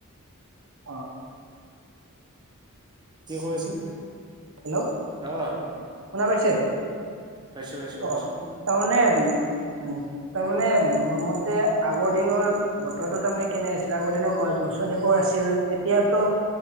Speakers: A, on the right (about 60°); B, on the right (about 20°).
A: অ
B: কি কৈ আছিল
A: হেল্ল',
B: অ
A: শুনা পাইছে?
B: পাইছো পাইছো
A: অ
B: কচোন
A: তাৰমানে উম উম তাৰমানে মোৰ মতে আগৰ দিনৰ বতৰতো তাৰমানে কেনে আছিলে আগৰ দিনৰ গছ গছনিবোৰ আছিল এতিয়াতো